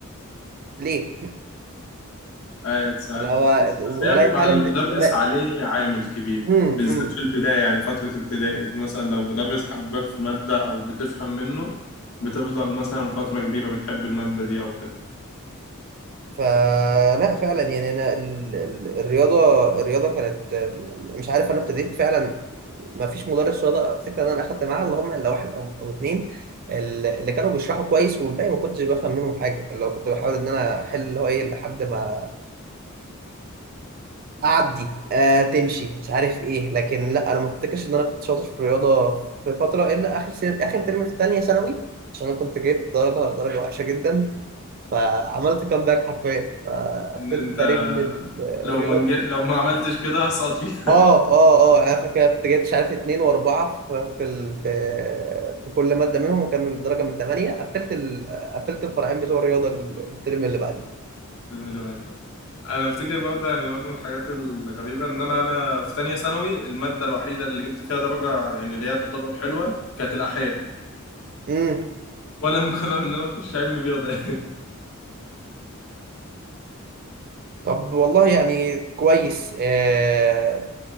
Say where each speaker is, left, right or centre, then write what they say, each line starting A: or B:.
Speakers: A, on the right (about 45°); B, on the left (about 70°).
A: ليه؟
B: <laughs> أي ساعات
A: اللي هو
B: بتحس بس هي
A: الاقي
B: بيبقى
A: فعلا
B: المدرس
A: ولا
B: عليه عامل كبير
A: امم
B: بالذات في البداية يعني فترة ابتدائي دي مثلا لو مدرس حببك في مادة أو بتفهم منه بتفضل مثلا فترة كبيرة بتحب المادة دي أو كده
A: فلا فعلا يعني انا ال- ال- الرياضه الرياضه كانت م- مش عارف انا ابتديت فعلا ما فيش مدرس رياضه افتكر ان انا اخدت معاه اللي هم الا واحد او او اتنين ال- اللي كانوا بيشرحوا كويس والباقي ما كنتش بفهم منهم حاجه اللي هو كنت بحاول ان انا احل اللي هو ايه لحد ما اعدي آه تمشي مش عارف ايه لكن لا انا ما افتكرش ان انا كنت شاطر في الرياضه في فتره الا اخر سنة اخر ترم في ثانيه ثانوي عشان انا كنت جايب درجه درجه وحشه جدا فعملت كامباك حرفيا فقفلت
B: إن أنت
A: تقريبا ال-
B: لو
A: الرياض
B: ما نج- لو ما عملتش كده هسقط فيها
A: اه اه اه يعني انا فاكر كنت جايب مش عارف اتنين واربعه في في ال- في في كل ماده منهم وكان الدرجه من ثمانيه قفلت ال... قفلت الفرعين بتوع الرياضه ال- الترم اللي بعديه
B: <laughs> انا افتكر برضه يعني برضه من الحاجات الغريبه ان انا انا في تانية ثانوي الماده الوحيده اللي جبت فيها درجه يعني اللي هي تعتبر حلوه كانت الاحياء
A: امم
B: وانا <laughs> مقرر ان انا اخش علم رياضه يعني
A: طب والله يعني كويس آه